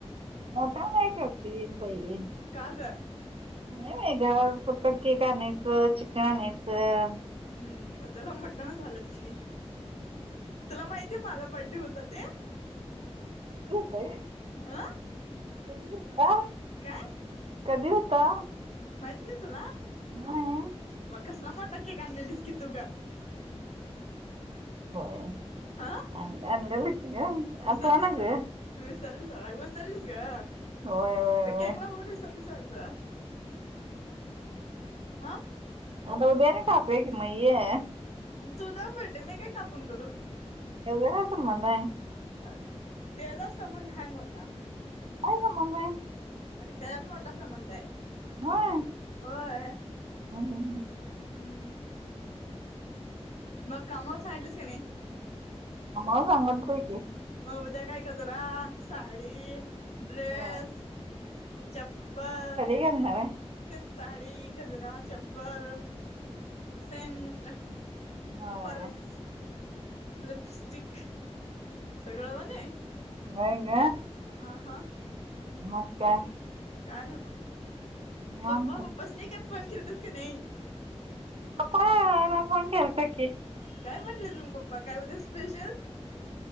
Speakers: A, on the right; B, on the left.
A: मोठा काय करतीस बाई.
B: का गं.
A: नाही बाई घरापुरतं केक आणायचं चिकन आणायचं.
B: हम्म मग त्याला मटण झालंच की. तुला माहितीय माझा बड्डे होता ते.
A: त होतय.
B: आ.
A: कधी हुता.
B: काय.
A: कधी होता.
B: माहित नाही तुला.
A: होय.
B: मग कसला मोठा केक आणल्यालीस तू गं.
A: बाई
B: ह अ
A: अ अनलं लकी ग
B: विसलीस
A: आठवना
B: विलीस
A: ग
B: ब चालीस घ
A: होय होय
B: तर
A: होय
B: केकला बघूनस सलसडत हा
A: आता उ दे्यान काप क मये
B: तुझा बड्डे मी काय कापून करू
A: ते व कमलाय
B: अच तेचा संबंध हाय मोठा
A: काय ग मम्मे
B: अरे त्यालाच मोठा संबंध आहे
A: होय हम्म्
B: होय
A: हम्म.
B: हम्म मग कामावर सांगितलंस का नाही
A: आम्हाला सांगितलय की.
B: मग उद्या काय गजरा साडी ड्रेस
A: होय
B: चप्पल
A: काय नाव ये
B: ते साडी गजरा चप्पल सेंट
A: होय
B: पर्स लिपस्टिक सगळं बणे
A: नाहीईंग
B: आ हा
A: मका
B: का ना म
A: निवांत
B: पप्पा पप्पाच नाही काय फोन केले तस का नाही
A: पपा ना बण केल्तकी
B: काय म्हटले तुम् पप्पा काय होत्या स्पेशल